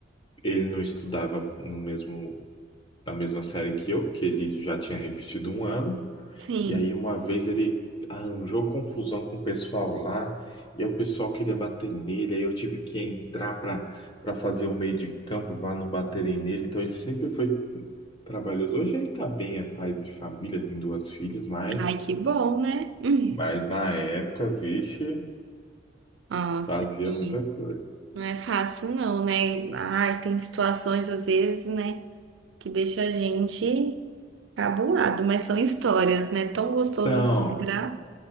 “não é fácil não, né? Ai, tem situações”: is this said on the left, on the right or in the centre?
Right